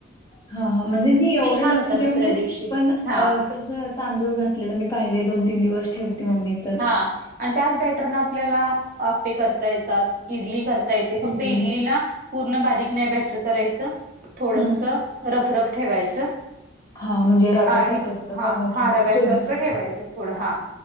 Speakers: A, on the left; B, on the right.
A: हा हा, म्हणजे मी एवढं
B: छान
A: लक्ष
B: होता
A: देऊन
B: दुसऱ्या
A: आहे
B: दिवशी
A: पण
B: हा
A: कसं तांदूळ घातलेलं मी पाहिलय, दोन तीन दिवस ठेवते मम्मी. तर
B: हा आणि त्याच बॅटरनं आपल्याला आप्पे करता येतात इडली कर ता येते,
A: पिठले
B: फक्त इडलीला पूर्ण बारीक नाही बॅटर करायचं, थोडसं
A: हं.
B: रफ रफ ठेवायचं.
A: हां, म्हणजे रव्यासारखं
B: आणि
A: थोडं
B: हा
A: फार मोठं-मोठं
B: हा रव्यासारखं
A: सोजीसारखं.
B: ठेवायचं थोडं हा.